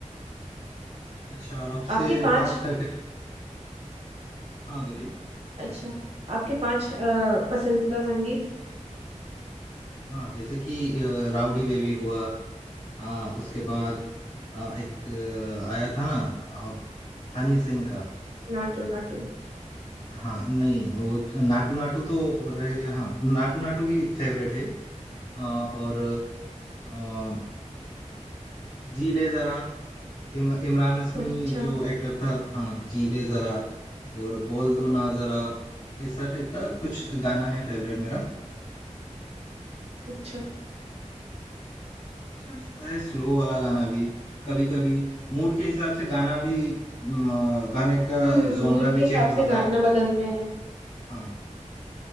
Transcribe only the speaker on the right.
आपके पांच
अच्छा आपके पांच अ, पसंदीदा संगीत
नाटू नाटू
अच्छा
अच्छा
हम्म
मूड के
हिसाब
से गाना
बदलते हैं